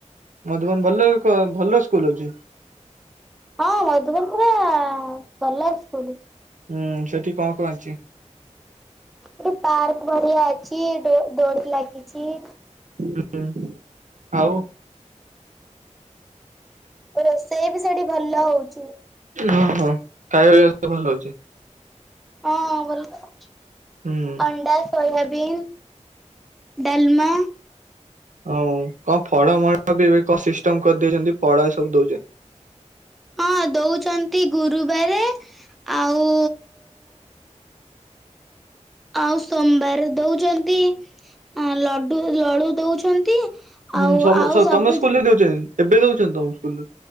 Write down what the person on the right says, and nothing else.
ମଧୁବନ ଭଲ ଭଲ ସ୍କୁଲ ଅଛି
ହୁଁ ସେଠି କଣ କଣ ଅଛି
ହୁଁ ଆଉ।
ହଁ ହଁ ଖାଇବା ବ୍ୟବସ୍ଥା ଭଲ ହଉଛି।
ହୁଁ
ହଉ କଣ ଫଳ ମଳ ବି ଏବେ କଣ ସିଷ୍ଟମ କରିଦେଇଉଛନ୍ତି ଫଳ ଏ ସବୁ ଦଉଛନ୍ତି।
ହୁଁ
ସମ
ତମ ସ୍କୁଲରେ ଦଉଛନ୍ତି ଏବେ ଦଉଚନ୍ତି ତମକୁ ସ୍କୁଲରେ?